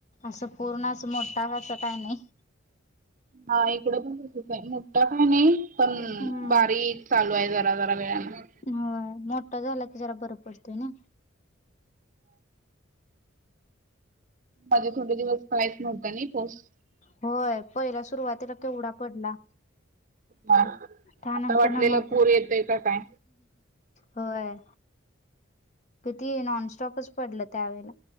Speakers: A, on the left; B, on the right.
A: असं पूर्ण अस मोठा असं काही नाही.
B: हा इकड पण तसच आहे मोठा काय नाही पण
A: हम्म
B: बारीक चालू आहे झा. वे ना.
A: ह मोटाझ झाला की जरा बर पडतव ना.
B: माझे थोडे दिवस कायच नव्हत नाही पोच
A: होय पहिला सुरुवातीला केवडा पडला.
B: हा
A: त्यानंतर
B: आता वाटलेलं
A: ना मध्ये
B: पूर येतय का काय.
A: होय. कती नॉनस्टॉपच पडलं त्यावेळेला